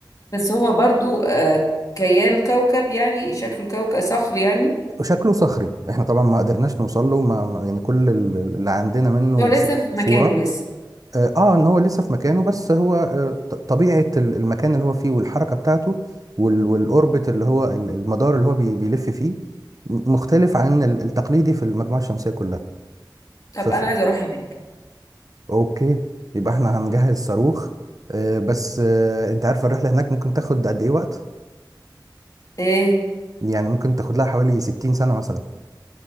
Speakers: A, on the left; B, on the right.
A: بس هو برضو آه كيان كوكب يعني شكله كوكب صخر يعني
B: شكله صخري احنا طبعا ما قدرناش نوصل له ما ما- يعني كل ال- اللي عندنا منه
A: هو لسه
B: ص-
A: في
B: صورة
A: مكانه لسه
B: اه آه، ان هو لسه في مكانه بس هو آه، ط- طبيعة ال- المكان اللي هو فيه والحركة بتاعته وال- والاوربت اللي هو ال- المدار اللي هو بي- بيلف فيه م- مختلف عن ال- التقليدي في المجموعة الشمسية كلها
A: طب
B: فف
A: انا عايزه اروح هناك
B: اوكي يبقى احنا هنجهز صاروخ آه، بس آه، انت عارف الرحلة هناك ممكن تاخد قد ايه وقت
A: ايه
B: يعني ممكن تاخد لها حوالي 60 سنة مثلا